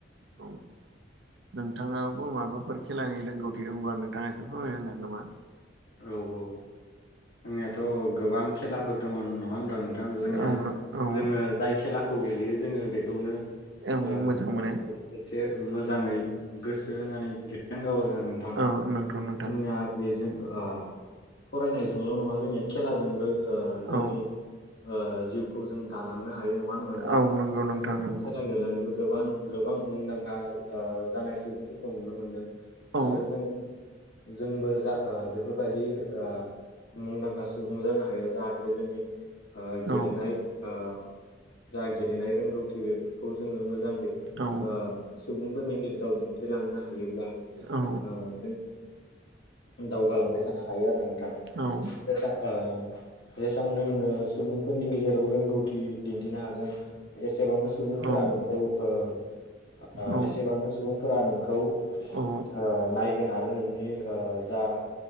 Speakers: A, on the right; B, on the left.
A: औ नोंथाङाबो माबाफोर खेलानि रोंगौथि दंब्ला नोंथाङा एसे फोरमायनो होनो हागोन नामा?
B: औ औ जोंनियाथ' गोबां खेलाफोर दंङ नङा होनबा नों थां जोंनिया
A: औ औ
B: जोंङो जाय खेलाखौ गेलेयो जोङो बेखौनो
A: औ
B: ओ
A: मोजां मोनो
B: एसे मोजाङै गोसो होनानै गेलेनांगौ आरोना नों
A: औ नोंथां नोंथां
B: जोंनिया बेजों ओ फरायनायजोंल' नङा जोंनिया खेलाजोंबो ओ जोंनि
A: औ
B: ओ जिउखौ जों दालांनो हायो नङा होनबा नोंथां
A: औ नंगौ नोंथां
B: जों
A: नंगौ
B: खेला गेलेनानैबो गोबां गोबां मुंदांखा ओ जानाय सुबुंफोरखौ नुनो मोनदों।
A: औ
B: आरो जों जोंबो जा ओ बेफोरबायादि ओ मुंदांखा सुबुं जानो हायो जाहाथे जोंनि ओ गेलेनाय
A: औ
B: ओ जा गेलेनाय रोंगौथि बेफोरखौ जोङो मोजांङै
A: औ
B: ओ सुबुंफोरनि गेजेराव दिन्थिलांनो हायोब्ला ओ
A: औ
B: जों दावगालांबाय थानो हायो आरो नोंथां
A: औ
B: <unintelligible> जेसांनो नोंङो सुबुंफोरनि गेजेराव रोंगौथि दिन्थिनो हागोन। एसेबांनो सुबुंफोरा
A: औ
B: नोंखौ ओ ओ
A: औ
B: एसेबांनो सुबुंफोरा नोंखौ
A: औ
B: ओ नायगोन आरो नोंनि ओ जा